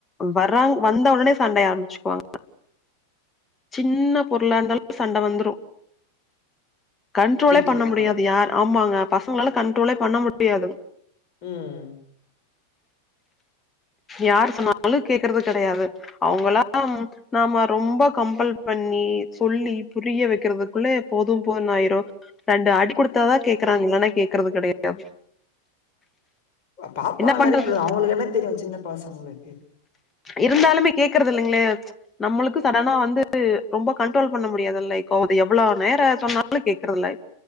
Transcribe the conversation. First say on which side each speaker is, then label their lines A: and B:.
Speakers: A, on the left (about 20°); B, on the left (about 40°).
A: வர்றாங் வந்த உடனே சண்டைய ஆரம்பிச்சுக்குவாங்க சின்ன பொருளா இருந்தாலு சண்ட வந்துரு கண்ட்ரோலே
B: வீட்லயா
A: பண்ண முடியாது யார் ஆமா பசங்களால கண்ட்ரோலே பண்ண முடியாது
B: ம்
A: யார் சொன்னாலு கேக்கறது கெடையாது அவங்கலா நாம ரொம்ப கம்பல் பண் ணி சொல்லி புரிய வைக்கிறதுக்குள்ளே போது போதுன் ஆயிரு ரெண்டு அடி குடுத்தாதா கேக்கறாங்க இல்லனா கேக்கறது கெடையாது
B: பாப்பாவ
A: என்ன பண்றது
B: அடிக்குடாது அவங்களுக்கு என்ன தெரியு சின்ன பசங்களுக்கு
A: இருந்தாலுமே கேக்கறதில்லைங்ளே நம்மளுக்கு ஆனா வந்து ரொம்ப கண்ட்ரோல் பண்ண முடியாது லைக் எவ்ளோ நேர சொன்னாலு கேக்கறதில்ல